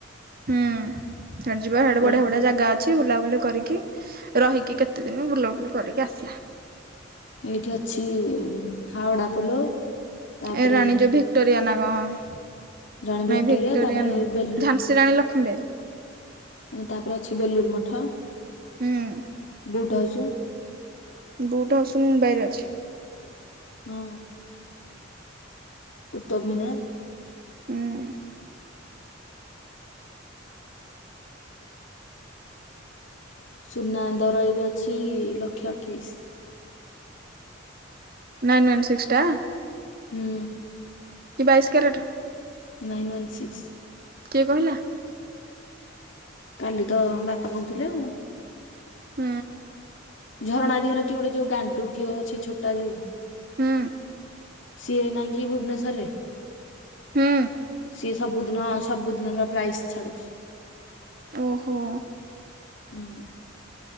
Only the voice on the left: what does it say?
କୋଲ-
ଏଇଠି ଅଛି ହାଓଡା ପୋଲ। ତାପରେ
ରାଣି ଭିକ୍ଟୋରିଆ
ତାପରେ
ବେଲୁୁ
ତାପରେ ଅଛି ବେଲୁୁରୁ ମଠ
ବୁଟ ହାଉସ।
ହଁ। କୁତ୍ତବ ମିିନାର।
ସୁନା ଦର ଏବେ ଅଛି ଲକ୍ଷେ ଅଠେଇଶି।
ହୁଁ।
Nine one six.
କାଲି ତ ବାପା କହୁଥିଲେ ଆଉ
ଝରଣା ଦେଇ ଘର କିଏ ଗୋଟେ ଯୋଉ ଗାଣ୍ଡୁ କିଏ ଅଛି ଛୋଟା ଯୋଉ
ସିଏ ନାହିଁ କି ଭୁବନେଶ୍ଵରରେ
ସିଏ ସବୁଦିନ ସବୁଦିନର ପ୍ରାଇସ୍ ଛାଡୁଛି।
ହୁଁ।